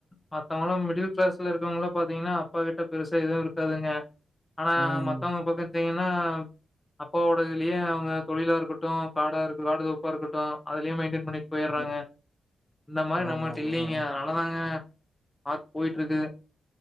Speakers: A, on the left; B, on the right.
A: மத்தவங்கல்லாம் மிடில் கிளாஸ்ல இருக்கவங்களாம் பாத்தீங்கன்னா அப்பா கிட்ட பெருசா எதுவும் இருக்காதுங்க ஆனா
B: ம்.
A: மத்தவங்க பக்க அப்பாவோட இதுலயே அவங்க தொழிலா இருக்கட்டும் காடா இரு காடு தோப்பா இருக்கட்டும் அதுலயும் மெயின்டெய்ன் பண்ண போய்ட்றாங்க
B: ம்.
A: இந்த மாரி
B: ஆமாமாங்க.
A: நம்மட்ட இல்லலைங்க அதனாலதாங்க பாத் போயிட்டிருக்கு